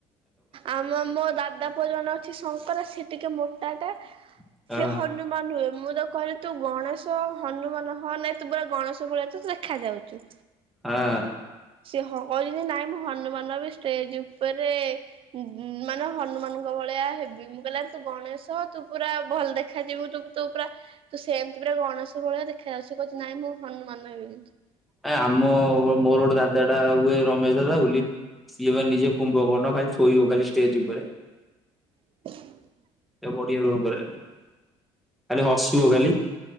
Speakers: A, on the right (about 50°); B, in the centre.
A: ଆମ ମୋ ଦାଦା ପୁଅ ଜଣେ ଅଛି ଶଙ୍କରା ସେ ଟିକେ ମୋଟା ଟା ସିଏ
B: ହଁ
A: ହ ହନୁମାନ ହୁଏ ମୁଁ ତ କହିଲି ତୁ ଗଣେଶ ହନୁମାନ ହ ନାଇଁ ତୁ ପୁରା ଗଣେଶ ଭଳିଆ ତୁ ଦେଖା ଯାଉଛୁ।
B: ହଁ।
A: ସିଏ ହ କିଇବି ନାଇଁ ମୁଁ ହନୁମାନ ହେବି ଷ୍ଟେଜ ଉପରେ ଉଁ ମାନେ ହନୁମାନଙ୍କ ଭଳିଆ ହେବି। ମୁଁ କହିଲି ଆରେ ତୁ ଗଣେଶ ତୁ ପୁରା ଭଲ ଦେଖାଯିବୁ ତୁ ତୁ ପୁରା ତୁ ସେମିତି ପୁରା ଗଣେଶ ଭଳିଆ ଦେଖା ଯାଉଛି କହୁଛି ନାଇଁ ମୁଁ ହନୁମାନ ରହିବି କିନ୍ତୁ
B: ଆ ଆମ ମୋର ଗୋଟେ ଦାଦା ଟା ହୁଏ ରମେଶ ଦାଦା ବୋଲି। ସିଏ ବା ନିଜେ କୁମ୍ଭକନ ଖାଲି ଶୋଇବ ଖାଲି ଷ୍ଟେଜ ଉପରେ
A: <inaudible>
B: ଏ ବଢିଆ ରୋଲ୍ କରେ ଖାଲି ହସିବ ଖାଲି